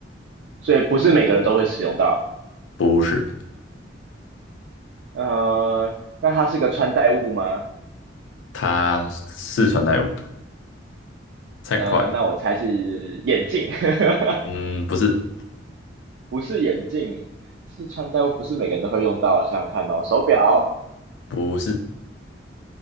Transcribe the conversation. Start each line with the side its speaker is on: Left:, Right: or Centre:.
Right: 所以不是每个人都会使用到。
Left: 不是，
Right: 呃，那它是个穿戴物吗？
Left: 它是穿代物，猜很快。
Right: 呃，那我猜是眼镜，<laughs>
Left: 嗯，不是，
Right: 不是眼镜，是穿戴物，不是每个人都会用到。想想看哦，手表，
Left: 不是，